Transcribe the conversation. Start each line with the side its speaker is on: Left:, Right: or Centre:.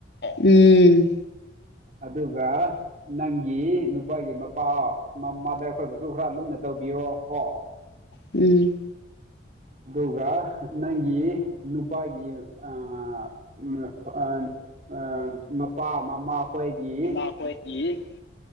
Left: ꯎꯝ
Right: ꯑꯗꯨꯒ ꯅꯪꯒꯤ ꯅꯨꯄꯥꯒꯤ ꯃꯄꯥ ꯃꯃꯥꯗ ꯑꯩꯈꯣꯏꯕꯨꯁꯨ ꯈꯔ ꯂꯨꯅ ꯇꯧꯕꯤꯔꯣ ꯀꯣ
Left: ꯎꯝ
Right: ꯑꯗꯨꯒ ꯅꯪꯒꯤ ꯅꯨꯄꯥꯒꯤ <unintelligible> ꯃꯄꯥ ꯃꯃꯥ ꯍꫭꯏꯒꯤ
Left: ꯃꯈꫭꯏꯒꯤ